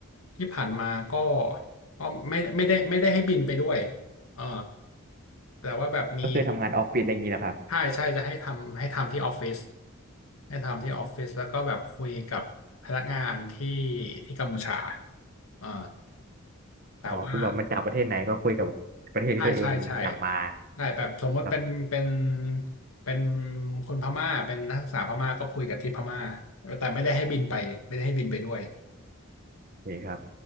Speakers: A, on the left (about 80°); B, on the right (about 45°).
A: ที่ผ่านมาก็ก็ไม่ไม่ได้ไม่ได้ให้บินไปด้วยเออแต่ว่าแบบมี
B: ก็คือทำงานออฟฟิศอะไรอย่างนี้แหละครับ
A: ใช่ใช่จะให้ทำให้ทำที่ออฟฟิศให้ทำที่ออฟฟิศแล้วก็แบบคุยกับพนักงานที่ที่กัมพูชาเออแต่ว่า
B: อ๋อคือแบบมันจากประเทศไหนก็คุยกับประเทศที่ตัวเองจากมา
A: ใช่ใช่ใช่ใช่แบบสมมติเป็นเป็น
B: ครับ
A: เป็นคนพม่าเป็นนักศึกษาพม่าก็คุยกับที่พม่าแต่ไม่ได้ให้บินไปไม่ได้ให้บินไปด้วย
B: โอเคครับ